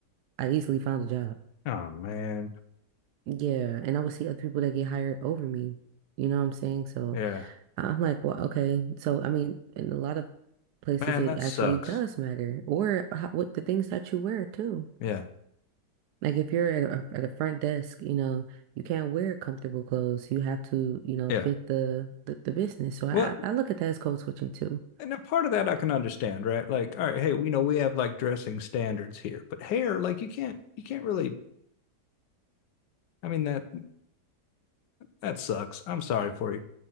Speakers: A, on the right; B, on the left.
A: I easily found a job.
B: Oh man.
A: Yeah, and I would see other people that get hired over me. You know what I'm saying? So
B: Yeah.
A: I'm like, well, okay. So I mean, in a lot of places,
B: Man,
A: it
B: that
A: actually
B: sucks.
A: does matter, or how, what the things that you wear too.
B: Yeah.
A: Like if you're at a, at a front desk, you know, you can't wear comfortable clothes. You have to, you know,
B: Yeah.
A: fit the the, the business. So
B: Well,
A: I, I look at that as code switching too.
B: and a part of that I can understand, right? Like, all right, hey, we know we have like dressing standards here, but hair, like you can't you can't really I mean that that sucks. I'm sorry for you.